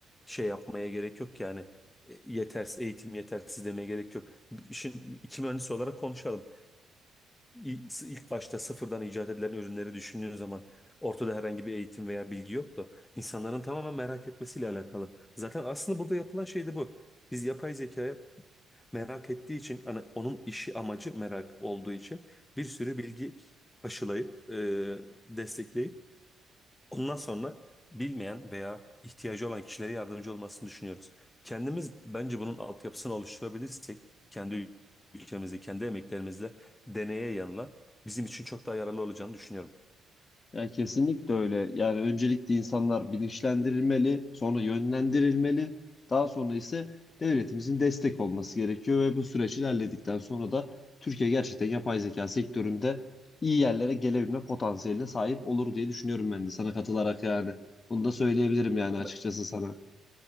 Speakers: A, on the left; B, on the left.
A: şey yapmaya gerek yok yani E, yetersiz eğitim yetersiz demeye gerek yok. Şimdi iki mühendis olarak konuşalım. İ- İlk başta sıfırdan icat edilen ürünleri düşündüğün zaman ortada herhangi bir eğitim veya bilgi yoktu. İnsanların tamamen merak etmesiyle alakalı. Zaten aslında burada yapılan şey de bu. Biz yapay zekaya merak ettiği için hani onun işi amacı merak olduğu için bir sürü bilgi aşılayıp e, destekleyip ondan sonra bilmeyen veya ihtiyacı olan kişilere yardımcı olmasını düşünüyoruz. Kendimiz bence bunun altyapısını oluşturabilirsek kendi ülkemizde kendi emeklerimizle deneye yanıla bizim için çok daha yararlı olacağını düşünüyorum.
B: Ya kesinlikle öyle. Yani öncelikle insanlar bilinçlendirilmeli, sonra yönlendirilmeli, daha sonra ise devletimizin destek olması gerekiyor ve bu süreç ilerledikten sonra da Türkiye gerçekten yapay zeka sektöründe iyi yerlere gelebilme potansiyeline sahip olur diye düşünüyorum ben de sana katılarak yani. Bunu da söyleyebilirim yani açıkçası
A: Ben-
B: sana.